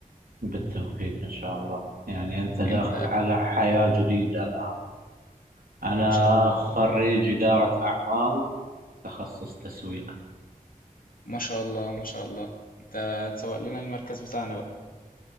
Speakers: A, on the right; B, on the left.
A: بالتوفيق إن شاء الله يعني أنت داخل
B: انت
A: على حياة جديدة الآن أنا
B: ان شاء الله
A: خريج إدارة أعمال تخصص تسويق
B: ما شاء الله ما شاء الله انت هتسوق لنا المركز بتاعنا بقى